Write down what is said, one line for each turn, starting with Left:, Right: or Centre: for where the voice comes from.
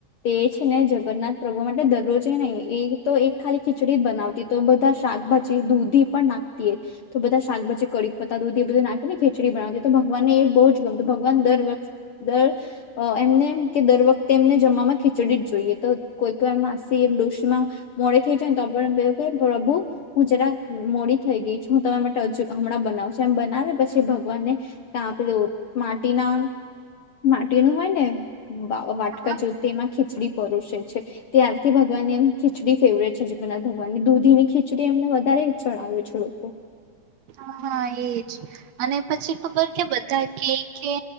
Left: તે છે ને જગન્નાથ પ્રભુ માટે દરરોજે ને એ તો એક ખાલી ખીચડી જ બનાવતી તો બધા શાકભાજી દૂધી પણ નાખતી એ તો બધા શાકભાજી કડીકપતા દૂધી એ બધું નાખીને ખેચડી બનાવતી તો ભગવાનને એ બહુ જ ગમતું ભગવાન દર વખત દર એમને એમ કે દર વખતે એમને જમામાં ખીચડી જ જોઈએ તો કોઈ તો એમ માસી ડિશીમાં મો થઈ જાય ત પ્રભુ હું જરા મોડી થઈ ગઈ છું હું તમે માટે. હજું હમણાં બનાવ છે એમ બનાવે પછી ભગવાનને પેલું માટીના માટીનું હોય ને વાટકા
Right: હા
Left: જેવું એમાં ખીચડી પરષે છે ત્યારથી ભગવાનને એમ ખીચડી ફેવરે છે બ ભગવાનની દૂધી ની ખીચડી એમને વધારે. ચડાવે છે લોકો.
Right: હા હા એજ અને પછી ખબર કે બધા કય